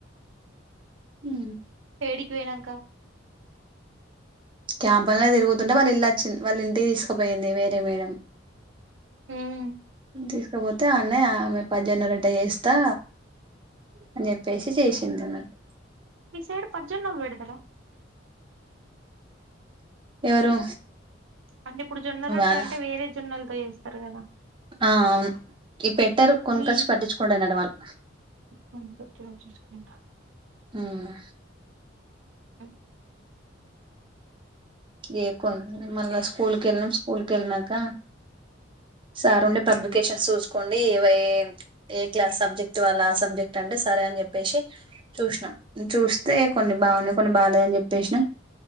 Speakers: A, on the right; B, on the right.
A: మ్
B: ఏడికి పోయినంక?
A: క్యాంపలా తిరుగుతుంటే వాళ్ ఇల్లోచ్చింది. వాళ్ ఇన్ తీసుకపోయింది వేరే మేడం.
B: ఉమ్
A: తీసుకోపోతే అన్నే ఆమె పజన్నరోట్ట చేస్తా అని చెప్పేసి చేసింది అన్నట్టు.
B: వి సైడ్ పజొన్నల్ పెడతారా?
A: ఎవరు
B: అంటే ఇప్పుడు జొన్న రొట్టే
A: వాళ్ళ
B: అంటే వేరే జొన్నలతో చేస్తారు కదా!
A: ఆ అవును. ఈ పెట్టరు. కొనుకొచ్చి
B: ఈ
A: పట్టించుకోండెనంట వాళ్ళు.
B: చూసుకొని గట్టిగా చూసుకుంటా
A: మ్
B: అ
A: ఏ కొన్ మళ్ళా స్కూల్ కెళ్ళినం. స్కూల్ కెళ్ళినాక సార్ ఉండి పబ్లికేషన్స్ చూసుకోండి. ఏవ ఏ క్లాస్ సబ్జెక్ట్ అలా సబ్జెక్ట్ అ టె సరే అని చెప్పేసి, చూసినం. చూస్ తె కొన్ని బాగున్నాయి కొన్ని బాగలే అని చెప్పేసినమ్.